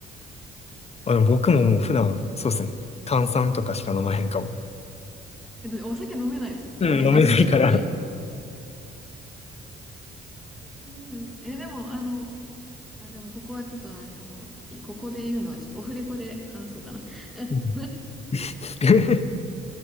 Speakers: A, in the centre; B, on the left.
A: <laughs>
B: あ、でも僕ももう普段、そうですね。炭酸とかしか飲まへんかも。
A: お酒飲めないですもんね、
B: うん、
A: 年齢的に。
B: 飲めないから。
A: うん、え、でも、あの、あ、でもここはちょっとあ、あの、えここで言うのはちょっとオフレコで話そうかな。<laughs>
B: うん <laughs>。